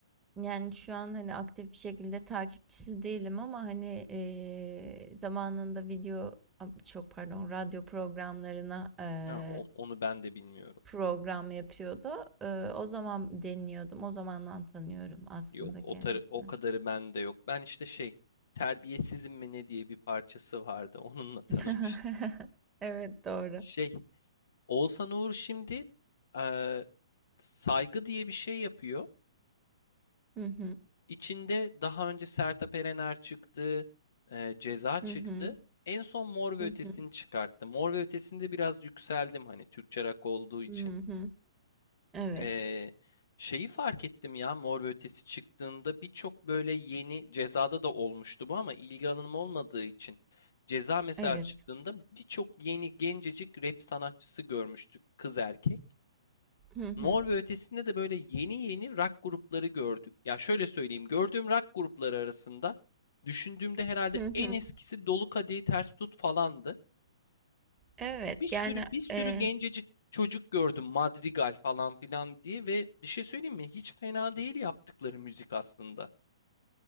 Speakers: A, on the right; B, on the left.
A: yani, şu an, hani, aktif bir şekilde takipçisi değilim ama, hani, eee, zamanında video am çok pardon, radyo programlarına, eee,
B: Ha, o- onu ben de bilmiyorum.
A: program yapıyordu. Eee, o zaman dinliyordum. O zamandan tanıyorum aslında
B: Yok, o,
A: kendisini.
B: tar- o kadarı bende yok. Ben işte şey, Terbiyesizim mi ne diye bir parçası vardı. <laughs> Onunla tanımıştım.
A: <laughs> Evet, doğru.
B: Şey, Oğuzhan Uğur şimdi eee, saygı diye bir şey yapıyor.
A: Hı hı.
B: İçinde daha önce Sertab Erener çıktı, e, Ceza çıktı.
A: Hı hı.
B: En son Mor ve
A: Hı
B: Ötesi'ni
A: hı.
B: çıkarttı. Mor ve Ötesi'nde biraz yükseldim hani Türkçe rock olduğu için.
A: Hı hı. Evet,
B: E, şeyi fark ettim ya Mor ve Ötesi çıktığında birçok böyle yeni Ceza'da da olmuştu bu ama ilgi alanım olmadığı için. Ceza mesela
A: evet.
B: çıktığında birçok yeni gencecik rap sanatçısı görmüştük kız erkek.
A: Hı hı.
B: Mor ve Ötesi'nde de böyle yeni yeni rock grupları gördük. Ya şöyle söyleyeyim, gördüğüm rock grupları arasında düşündüğümde herhalde
A: Hı hı.
B: en eskisi Dolu Kadehi Ters Tut falandı.
A: Evet
B: Bir sürü
A: yani
B: bir sürü
A: e,
B: gencecik çocuk gördüm Madrigal falan filan diye ve bir şey söyleyeyim mi? Hiç fena değil yaptıkları müzik aslında.